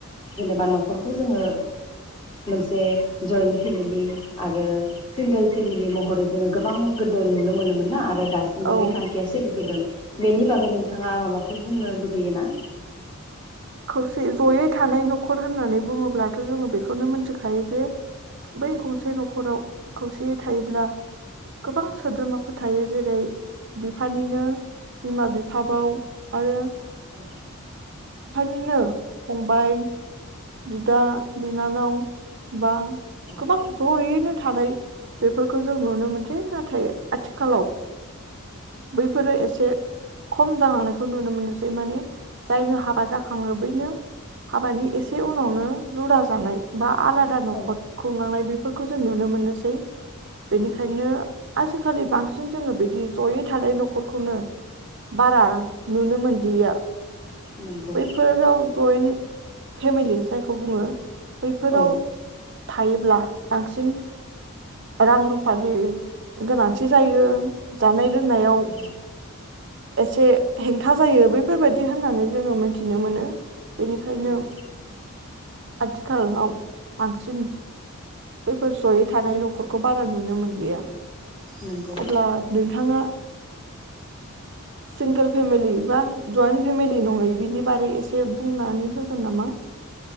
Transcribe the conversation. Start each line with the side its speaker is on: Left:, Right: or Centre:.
Left: जेनेबा न'खरखौ जोङो मोनसे जइन्ट फेमिलि आरो सिंगोल फेमिलि महरै जोङो गोबां गोदो नुनो मोनोमोन ना आरो दासिमबो
Right: औ
Left: बे खान्थिया सोलिबोदों। बेनि बागै नोंथाङा माबाफोर बुंनो लुबैयो ना।
Right: खौसे जयै थानाय न'खर होननानै बुङोब्लाथ' जोङो बेखौनो मोनथिखायो जे बै गंसे न'खराव खौसेयै थायोब्ला गोबां सोद्रोमाफोर थायो जेरै बिफानिनो बिमा बिफाबाव आरो
Left: औ।
Right: निनो फंबाय बिदा बिनानाव बा
Left: औ
Right: गोबां जयैनो थानाय बेफोरखौ जों नुनो मोनसै नाथाय आथिखालाव बैफोरो एसे खम जालांनायखौ नुनो मोनसै माने जायनो हाबा जाखांङो बैनो हाबानि एसे से उनावनो जुदा जानाय बा आलादा न'खर
Left: औ
Right: खुंलांनाय बे फोरखौ जों नुनो मोननोसै। बेनिखायनो
Left: नंगौ
Right: आजि खालि बांसिन जोङो बिदि जयै थानाय न'खरखौनो बारा नुनो मोनदिया।
Left: नंगौ
Right: बैफोराव जयेन फेमिलि जायखौ बुङो बैफोराव
Left: औ
Right: थायोब्ला बांसिन रां रुफानि गोनांथि जायो। जानाय लोंनायाव
Left: नंगौ
Right: एसे हेंथा जायो बेफोरबायदि होननानै जोङो मिथिनो मोनो बिनिखायनो
Left: नंगौ
Right: आथिखालाव बां सिन
Left: औ
Right: बैफोर जयै थानाय न'खरखौ बारा नुनो मोनलिया।
Left: नंगौ
Right: अब्ला नोंथाङा सिंगोल फेमिलि बा जइन्ट फेमिलि नङै बिनि बारै एसे बुंनानै होगोन नामा?